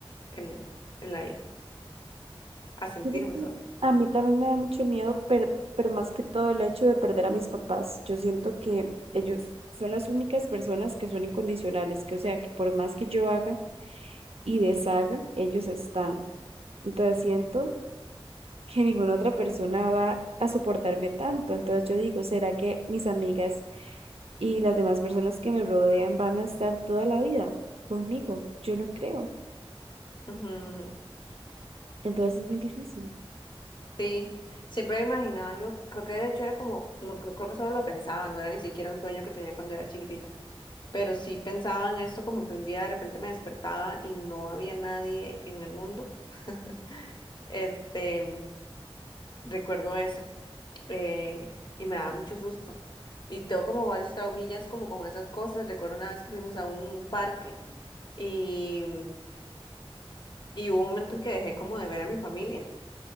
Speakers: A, on the left (about 50°); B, on the right (about 80°).
A: en, en la vida, a sentirme
B: Fíjate,
A: sola.
B: A mí también me da mucho miedo, per- pero más que todo el hecho de perder a mis papás. Yo siento que ellos son las únicas personas que son incondicionales, que o sea, que por más que yo haga y deshaga, ellos están. Entonces siento que ninguna otra persona va a soportarme tanto. Entonces yo digo, ¿será que mis amigas y las demás personas que me rodean van a estar toda la vida conmigo? Yo no creo.
A: Ujú, ujú, ujú.
B: Entonces es muy difícil.
A: Sí, siempre me imaginaba, yo creo que de hecho era como, no, creo creo que solo lo pensaba, no era ni siquiera un sueño que tenía cuando era chiquitita, pero sí pensaba en esto como que un día de repente me despertaba y no había nadie en el mundo. <laughs> Este, recuerdo eso eh, y me daba mucho susto. Y tengo como varios traumillas como con esas cosas. Recuerdo una vez que fuimos a un parque y, y hubo un momento en que dejé como de ver a mi familia